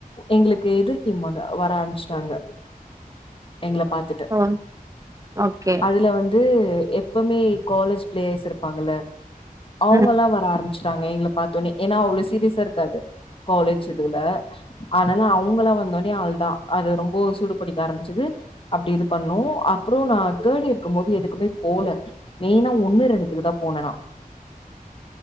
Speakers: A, on the left (about 35°); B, on the right (about 20°).
A: எங்களுக்கு எதிர் டீம் வந்து வர ஆரம்மிச்சுட்டாங்க எங்கள பாத்துட்டு
B: ஓ ஓகே
A: அதுல வந்து எப்பவுமே காலேஜ் பிளேயரஸ் இருப்பாங்கள அவுங்கலா
B: ம்
A: வர ஆரம் ச்சாங்க எங்க பார்த்தோனே ஏன்னா அவ்ளவு சீரியஸா இருக்காது காலேஜ் இதுல ஆனா அவுங்களா வந்தோனே அவ்ளதான் அது ரொம்ப சூடு புடிக்க ஆரம்பிச்சுது அப்படி இது பண்ணும் அப்புறம் நா தேர்ட் இயர் இருக்கும் போது எதுக்குமே போல மெயினா ஒன்னு ரெண்டுக்குதா போனேனா